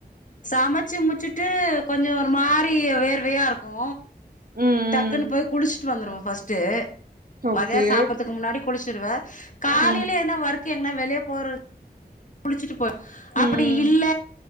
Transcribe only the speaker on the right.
ம்
ம்
ஓகே
ம்
ம்